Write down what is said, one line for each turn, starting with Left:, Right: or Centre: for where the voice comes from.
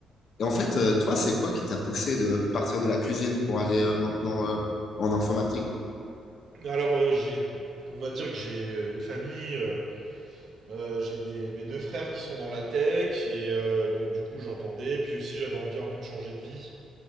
Left: Et en fait, euh, toi, c'est quoi qui t'a poussé de partir de la cuisine pour aller euh, maintenant euh, en informatique?
Right: Alors, euh, j'ai, on va dire que j'ai euh, une famille, euh, euh, j'ai des, mes deux frères qui sont dans la tech, et euh, donc du coup j'entendais, puis aussi j'avais envie un peu de changer de vie.